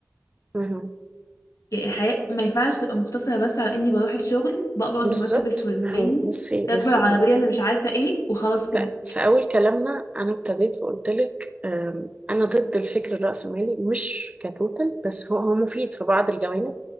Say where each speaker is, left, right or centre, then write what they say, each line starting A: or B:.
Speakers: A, on the right; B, on the left.
A: مهم.
B: يعني الحياة ما ينفعش تبقى مقتصرة بس على إني بروح الشغل بقبض
A: بالظبط
B: المرتب الفلاني
A: ما هو بصي
B: راكبة
A: بصي
B: العربية اللي مش عارفة إيه وخلاص كده
A: ف- في أول كلامنا أنا ابتديت وقلت لك أم، أنا ضد الفكر الرأسمالي مش كتوتال بس هو هو مفيد في بعض الجوانب